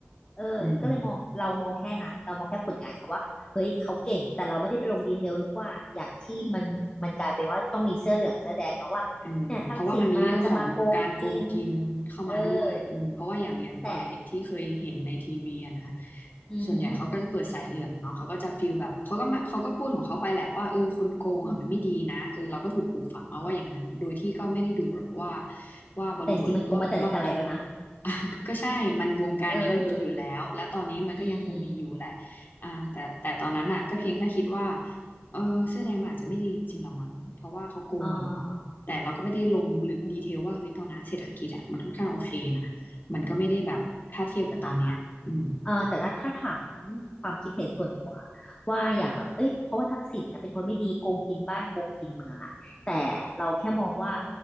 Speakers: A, on the left; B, on the left.
A: เออก็เลยมองเรามองแค่นั้นเรามองแค่ผลงานเขาว่าเฮ้ยเขาเก่งแต่เราไม่ได้ไปลงดีเทลหรือว่าอย่างที่มันมันกลายเป็นว่าต้องมีเสื้อเหลืองเสื้อแดงเนาะว่าเนี่ยทักษิณมาจะมาโกงกิน
B: อืม อืมเพราะว่ามันมีเรื่องของการโกงกินเข้ามาด้วยอืมเพราะว่าอย่างอย่างตอนเด็กๆที่เคยเห็นในทีวีอะนะ
A: เออแต่อือหือ
B: ส่วนใหญ่เขาก็จะเปิดสายเหลืองเนาะเขาก็จะฟีลแบบเขาก็มาเขาก็พูดของเขาไปแหละว่าเออคนโกงอ่ะมันไม่ดีนะเออเราก็ถูกปลูกฝังมาว่าอย่างนั้นโดยที่ก็ไม่ได้ดูหรอกว่า
A: อืม
B: ว่าบริบทรอบรอบตัว
A: แต่จริงๆมันโกงมาแต่ไหนแต่ไรแล้วนะ
B: <laughs> เนี่ย <laughs> ก็ใช่มันวงการนี้มันมีอยู่แล้วและตอนนี้มันก็ยังคงมีอยู่แหละ
A: เออ อืม
B: อ่าแต่แต่ตอนนั้นน่ะก็เพียงแค่คิดว่าเออเสื้อแดงมันอาจจะไม่ดีจริงๆหรอมั้งเพราะว่าเขาโกงอ่ะเนาะ
A: เอ่อ
B: แต่เราก็ไม่ได้ลงลึกดีเทลว่าเฮ้ยตอนนั้นเศรษฐกิจอ่ะมันค่อนข้างโอเคนะมันก็ไม่ได้แบบถ้าเทียบกับตอนเนี้ยอืม
A: อ่ะอ่ะเออแต่ถ้าถามความคิดเห็นส่วนตัวว่าอย่างแบบเอ้ยเพราะว่าทักษิณนะเป็นคนไม่ดีโกงกินบ้านโกงกินเมืองอ่ะแต่เราแค่มองว่า